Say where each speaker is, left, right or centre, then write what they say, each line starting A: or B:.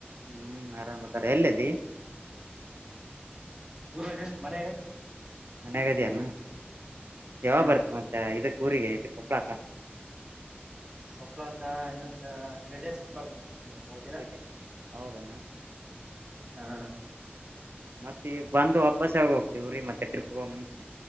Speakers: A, on the right; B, on the right.
A: ಹ್ಮ ಆರಾಮದಾರ್ ಎಲ್ಲೇದಿ?
B: ಊರಾಗ ಮನೆಯಾಗ.
A: ಮನ್ಯಾಗದಿಯೇನು ಯಾವ
B: ಹ
A: ಬರ್ತ್ ಮತ್ತೆ ಇದಕ್ ಊರಿಗೆ ಇದ ಕೊಪ್ಳಾಕ?
B: ಕೊಪ್ಳಾಕ ಇನ್ನೊಂದು ತ್ರೀ ಡೇಸ್ ಬರ್ತಿನ್ <unintelligible>
A: <unintelligible> ಹೌದಣ್ಣ.
B: ಹಾ
A: ಮತ್ ಈಗ್ ಬಂದು ವಾಪಸ್ ಯಾವಾಗ್ ಹೋಗ್ತೀ ಊರಿಗ್ ಮತ್ತೆ ಟ್ರಿಪ್ ಹೋಗ ಮುಂಚೆ?